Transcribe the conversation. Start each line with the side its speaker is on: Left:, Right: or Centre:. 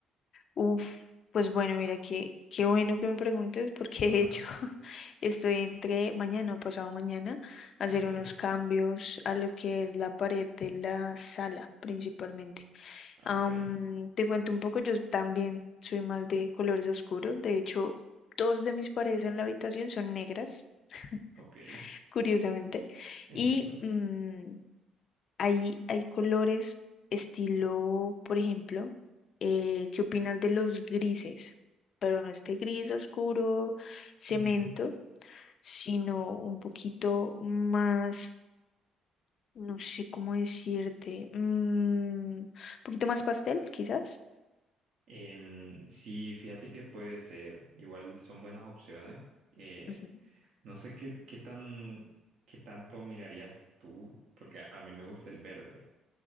Left: Uf, pues bueno, mira, qué, qué bueno que me preguntes porque
Right: Ajá,
Left: <laughs> de hecho estoy entre mañana o pasado mañana a hacer
Right: ok,
Left: unos cambios a lo que es la pared de la sala principalmente.
Right: ah,
Left: Am,
Right: ok,
Left: te cuento un poco, yo también soy más de colores oscuros. De hecho, dos de mis paredes en la habitación son negras,
Right: ok,
Left: <laughs> curiosamente.
Right: entiendo.
Left: Y mm, hay, hay colores estilo, por ejemplo, eh, ¿qué opinas de los grises? Pero no este gris oscuro, cemento,
Right: Ujú.
Left: sino un poquito más, no sé cómo decirte, mm, un poquito más pastel, quizás.
Right: Em, sí, fíjate que puede ser, igual son buenas opciones. Eh,
Left: Ujú.
Right: no sé qué, qué tan, qué tanto mirarías tú, porque a a mí me gusta el verde.